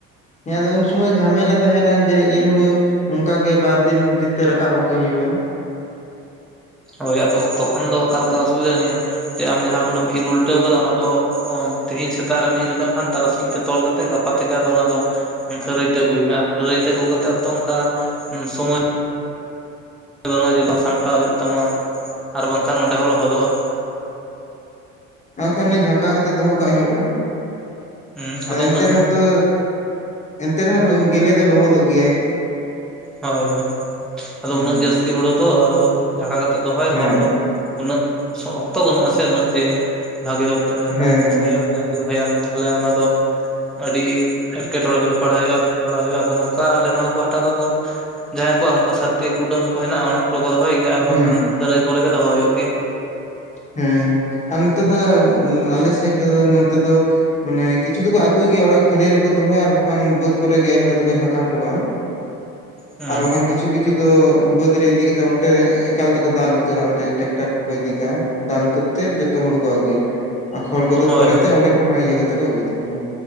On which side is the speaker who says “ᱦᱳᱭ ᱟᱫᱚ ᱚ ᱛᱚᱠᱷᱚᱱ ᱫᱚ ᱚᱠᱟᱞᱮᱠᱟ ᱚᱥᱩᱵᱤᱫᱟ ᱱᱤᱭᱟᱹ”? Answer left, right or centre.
Centre